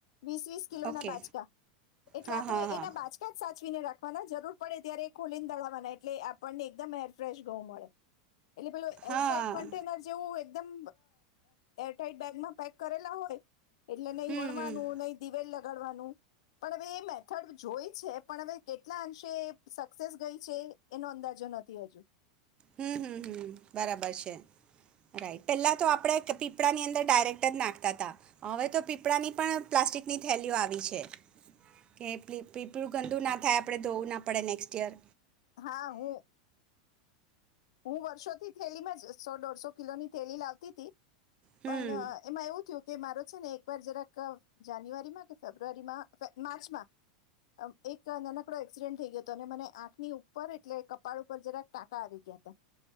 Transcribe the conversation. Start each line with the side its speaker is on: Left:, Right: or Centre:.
Left: વીસ વીસ કિલોના
Right: ઓકે
Left: બાજકા એટલે
Right: હા
Left: આપડણે
Right: હા હા
Left: એના બાજકા સાચવીને રાખવાના જરૂર પડે ત્યારે ખોલીને દળાવવાના એટલે આપણને એકદમ એરફ્રેશ ઘઉં મળે એટલે પેલું
Right: હા
Left: એર ટાઈટ કન્ટેનર જેવું એકમ એરટાઈટ બેગમાં પેક કરેલા હોય. એટલે નહી
Right: હમ હમ
Left: વણવાનું નહી દિવેલ દળવાનું પણ હવે એ મેથડ જોય છે પણ હવે કેટલા અંશે સક્સેસ ગઈ છે એનો અંદાજો નથી હજુ.
Right: હમ હમ હમ બરાબર છે. રાઈટ પહેલા તો આપણે પીપળાની અંદર ડાયરેક્ટ જ નાખતા તા હવે તો પીપળાની પણ પ્લાસ્ટિકની થેલીઓ આવી છે કે પીપળું ગંદુ ના થાય આપડણે ધોવું ના પડે નેક્સ્ટ યેર
Left: હા હું હું વર્ષોથી થેલીમાં જ સો દોઢસો કિલો ની થેલી લાવતી તી
Right: હમ
Left: પણ એમાં એવું થયું કે મારો છે ને એક વાર જરાક જાન્યુઆરીમાં કે ફેબ્રુઆરીમાં, માર્ચમાં એક નનકડો એક્સિડેન્ટ થઈ ગયો હતો અને મને આંખની ઉ પર એટલે કપાળ ઉપર જરાક ટાંકા આવી ગયા તા.